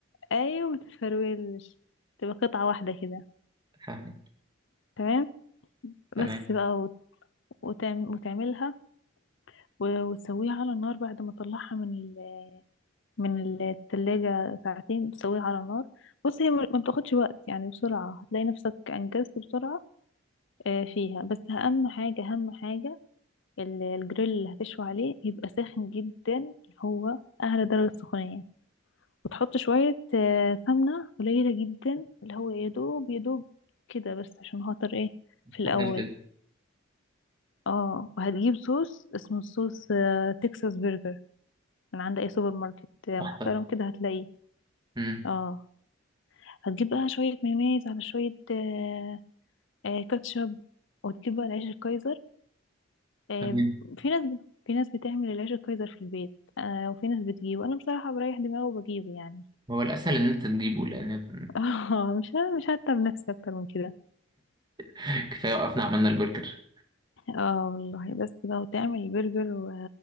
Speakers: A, on the left; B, on the right.
A: ايوه ما تتفرولش تبقى قطعة واحدة كده
B: فاهمك
A: تمام
B: تمام
A: بس بقى وت... وتعم... وتعملها و- وتسويها على النار بعد ما تطلعها من ال... من التلاجة ساعتين تسويها على النار بص هي ما ما بتاخدش وقت يعني بسرعة هتلاقي نفسك أنجزت بسرعة آه، فيها بس أهم حاجة أهم حاجة ال- الجريل اللي هتشوي عليه يبقى ساخن جدا اللي هو أعلى درجة سخونية وتحط شوية آه، سمنة قليلة جدا اللي هو يدوب يدوب كده بس عشان خاطر ايه في الأول
B: خلاص
A: اه وهتجيب صوص اسمه صوص تكساس برجر من عند اي سوبر ماركت محترم
B: تحفة
A: كده هتلاقيه
B: مم.
A: اه هتجيب بقى شوية مايونيز على شوية آه آه كاتشب وتجيب بقى العيش الكايزر آه
B: تمام
A: في ناس في ناس بتعمل العيش الكايزر في البيت آه وفي ناس بتجيبه انا بصراحة بريح دماغي وبجيبه يعني
B: هو الأسهل إن أنت تجيبه لأن
A: <laughs> اه مش ه- مش هتعب نفسي اكتر من كده
B: <laughs> كفاية وقفنا عملنا البرجر
A: اه والله بس بقى وتعمل برجر و...